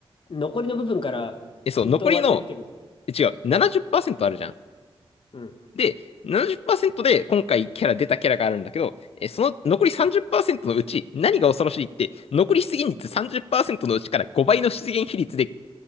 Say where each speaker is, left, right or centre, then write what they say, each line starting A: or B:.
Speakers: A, on the left; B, on the left.
A: 残りの部分から、
B: え、そう、
A: 均等割りで出てくる。
B: 残りの、え違う、70%あるじゃん。
A: うん。
B: で、70%で今回キャラ出たキャラがあるんだけど、え、その残り30%のうち何が恐ろしいって、残り出現率30%のうちから5倍の出現比率で